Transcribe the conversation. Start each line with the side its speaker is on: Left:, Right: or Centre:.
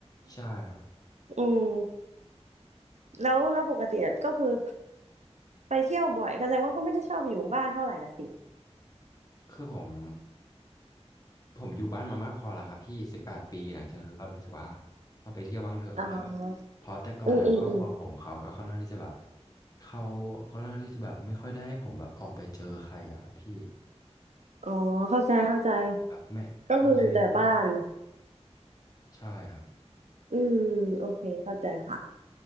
Left: ใช่ครับ
Right: <laughs> อืมแล้วแล้วปกติอะก็คือไปเที่ยวบ่อยแสดงว่าก็ไม่ได้ชอบอยู่บ้านเท่าไหร่อ่ะสิ
Left: คือผม ผมอยู่บ้านมามากพอแล้วครับพี่สิบแปดปีหลังจากนั้นเรารู้สึกว่าเราไปเที่ยวบ้างเถอะเราแบบเพราะแต่ก่อนอ่ะครอบครัวผมเขาก็ค่อนข้างที่จะแบบ
Right: อ๋ออืมอืมอืม
Left: เขาค่อนข้างที่จะแบบไม่ค่อยได้ให้ผมแบบออกไปเจอใครอ่ะครับพี่
Right: อ๋อเข้าใจเข้าใจ
Left: แบบแม่พ่อแม่ก็
Right: ก็คืออยู่แต่บ้าน
Left: ใช่ครับ
Right: อืมโอเค เข้าใจค่ะ